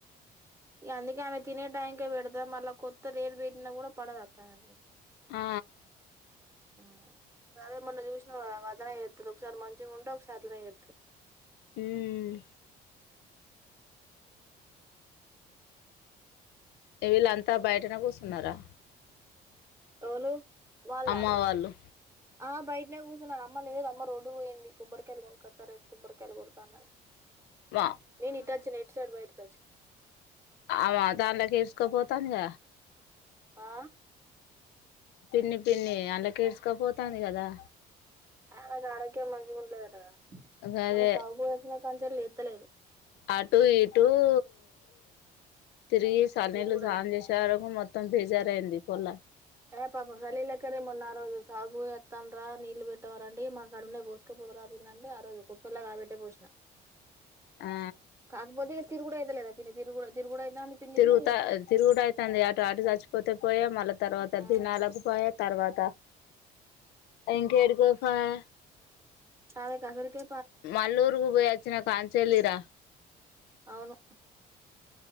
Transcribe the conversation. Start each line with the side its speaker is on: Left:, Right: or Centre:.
Right: ఇగ అందుకే ఆమె తినే టైంకే పెడతా మళ్ళ కొత్తది ఎం పెట్టినా కూడా పడదు అక్క ఆమేకు
Left: ఆ
Right: ఆ అదే మొన్న జూసినవ్ కదా అట్లనే చేస్తది ఒకసారి మంచిగా ఉంటే ఒకసారి అట్లనే చేత్తది
Left: మ్మ్ వీళ్ళంతా బయటనే కూసున్నరా
Right: ఎవలు వాళ్ళ
Left: అమ్మ వాళ్ళు
Right: ఆ బయటనే కూసున్నది అమ్మ లేదు అమ్మ రోడ్డుకు పోయింది కొబ్బరికాయలు కొను కత్త రేప్ కొబ్బరికాయలు కోడుతాన్నది
Left: ఆ
Right: నిను ఇటచ్చిన ఇటుసైడ్ బయటి కోచ్
Left: అ మ దాన్లకేస్కాపోతాందిగ
Right: ఆ
Left: పిన్ని పిన్ని అల్లకిడ్సకపోతాంది కదా?
Right: ఆయన ఆరోగ్యం మంచిగా ఉంటలేదటకదా
Left: గదే
Right: మొన్న సావుకు పోయాచ్చినకాంచెల్లి లేత్తలేడు.
Left: అటు ఇటు ఊ తిరిగి సల్
Right: తిరుగుడు
Left: నీళ్ళు స్నానం
Right: అయింది
Left: చేసే వరకు మొత్తం బేజారైది పొల్ల
Right: ఏ పాపం సలీ లెక్కనే మొన్న అ రోజు సావుకు పోయోత్తండ్రా నీళ్లు పెట్టవార అంటే ఇగ మాకడునై పోసుకపో కోరా పిన్ని అంటే ఆ రోజు కుప్పర్ల కాబెట్టే పోసిన
Left: ఆ
Right: కాకపోతే ఇగ తిరుగుడఅయితలేదు ఆ పిల్ల తిరుగుడ్ తిరుగుడ అయితాంది అయ్ పిన్నికి
Left: తిరుగుత తిరుగుడు అయితాంది అటు అటు చచ్చిపోతే పోయా మళ్ళా తిర్ తర్వాత
Right: ఆ
Left: తినాలా బుకా తర్వాత <inaudible> ఎంకా ఎడుకో పాయ్
Right: ఆమె అసల్కే
Left: మల్లూరుకు పోయచ్చిన కాంచెళ్ళి ర
Right: అవును